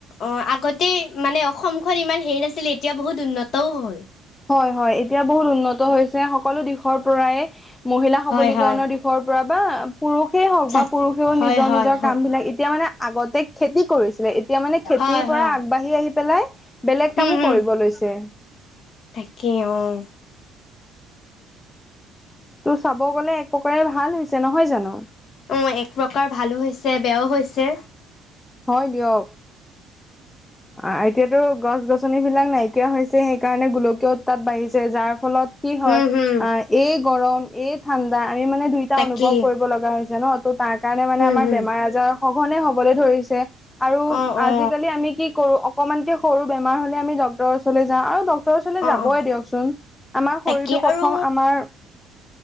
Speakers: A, on the left (about 60°); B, on the left (about 20°).
A: অ আগতে মানে অসমখন ইমান হেৰী নাছিলে এতিয়া বহুত উন্নতও হ'ল।
B: হয় হয় এতিয়া বহুত উন্নত হৈছে। সকলো দিশৰ পৰাই মহিলা সবলীকৰণৰ
A: হয় হয়,
B: দিশ- দিশৰ পৰা বা পুৰুষেই হওঁক
A: চাত
B: বা পুৰুষেও
A: হয়
B: নিজৰ
A: হয়
B: নিজৰ
A: হয়,
B: কাম বিলাক এতিয়া মানে আগতে- খেতি কৰিছিলে এতিয়া মানে খেতিৰ
A: হয়
B: পৰা
A: হয়।
B: আগবাঢ়ি আহি পেলাই বেলেগ
A: হুম
B: কামো
A: হুম
B: কৰিব লৈছে।
A: তাকে অঁ।
B: তো চাব গ'লে এক প্ৰকাৰে ভাল হৈছে নহয় জানো।
A: অঁ এক প্ৰকাৰ ভালো হৈছে বেয়াও হৈছে।
B: হয় দিয়ক। আহ এতিয়াটো গছ গছনি বিলাক নাইকিয়া হৈছে সেইকাৰণে গোলকীয় উত্তাপ বাঢ়িছে, যাৰ ফলত- কি হয়
A: হুম হুম
B: আ এই গৰম এই ঠাণ্ডা আমি মানে দুইটা
A: তাকেই
B: অনুভৱ কৰিব লগা হৈছে ন। ত' তাৰ কাৰণে মানে
A: হুম
B: আমাৰ
A: হুম
B: বেমাৰ আজাৰ সঘনে হ'বলৈ ধৰিছে, আৰু
A: অ
B: আজিকালি
A: অ
B: আমি- কৰোঁ অকমানকে সৰু বেমাৰ হ'লে আমি ডক্তৰৰ ওচৰলৈ যাওঁ আৰু ড ডক্তৰৰ ওচৰলে
A: অ
B: যাবই
A: অ
B: দিয়কচোন আমাৰ
A: তাকে
B: শৰীৰটো প্ৰথম
A: আৰু
B: আমাৰ-